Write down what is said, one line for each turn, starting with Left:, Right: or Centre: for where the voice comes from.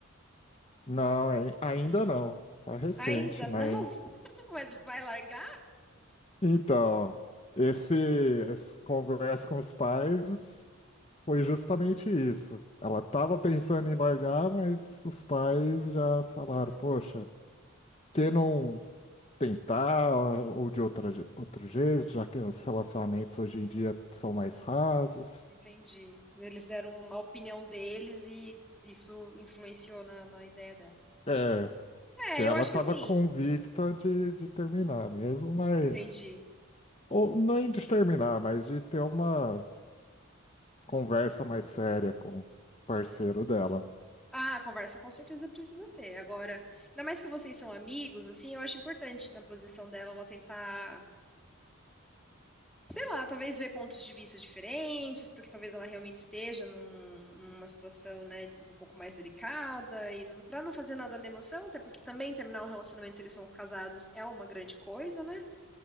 Left: Não, ai- ainda não. Tá recente,
Centre: Ainda não?
Left: mas.
Centre: <laughs> Mas vai largar?
Left: Então, esse, essa conversa com os pais. Foi justamente isso. Ela estava pensando em largar, mas os pais já falaram:
Centre: Ah,
Left: Poxa, que não tentar ou de outra, je- outro jeito, já que os relacionamentos hoje em dia são mais rasos.
Centre: entendi. Eles deram uma opinião deles e isso influenciou na, na ideia dela.
Left: É,
Centre: É,
Left: ela
Centre: eu acho
Left: estava
Centre: que assim,
Left: convicta de, de terminar mesmo, mas.
Centre: entendi.
Left: Ou nem de terminar, mas de ter uma conversa mais séria com o parceiro dela.
Centre: Ah, conversa com certeza precisa ter. Agora, ainda mais que vocês são amigos, assim, eu acho importante na posição dela ela tentar, sei lá, talvez ver pontos de vista diferentes, porque talvez ela realmente esteja num- numa situação, né, um pouco mais delicada e não, para não fazer nada na emoção, até porque também terminar um relacionamento se eles são casados é uma grande coisa, né?